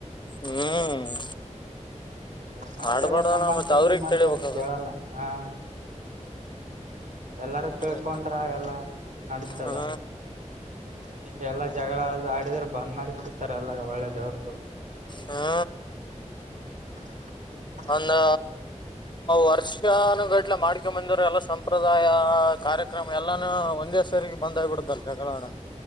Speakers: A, on the left; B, on the right.
A: ಹ್ಮ್
B: ಏನ್ ಮಾಡತ್ತ
A: ಆಡ್ಬಾರ್ದಣ
B: ಎಲ್ಲ ನಮ್ಮ್ ಅಂತಾರೆ
A: ಮತ್ ಅವ್ರಗ್
B: ನಿಮ್ಮ್ ಅಂತಾರೆ
A: ತಿಳಿಬೇಕದು
B: ಕೇಳಲ್ಲ ಹಾ ಎಲ್ಲಾರೂ ತಿಳ್ಕೊಂಡ್ರ
A: ಮತ್
B: ಎಲ್ಲ ನಡೀತಾದ
A: ಹಾ
B: ಹಿಂಗೆ ಎಲ್ಲಾ ಜಗಳ ಆಡಿದ್ರೆ ಬಂದ್ ಮಾಡಿ ಬಿಡ್ತಾರೆ ಎಲ್ಲ ಒಳ್ಳೆ ದೇವರು
A: ಹಾ
B: <inaudible>
A: ಒಂದು ವರ್ಷಾನಗಟ್ಲೆ ಮಾಡ್ಕೊಂಬಂದವ್ರ ಎಲ್ಲ ಸಂಪ್ರದಾಯ ಕಾರ್ಯಕ್ರಮ ಎಲ್ಲಾನು ಒಂದೇ ಸರಿಗೆ ಬಂದಾಗ್ ಬಿಡುತಲ್ಲ ಜಗಳ ಆಡ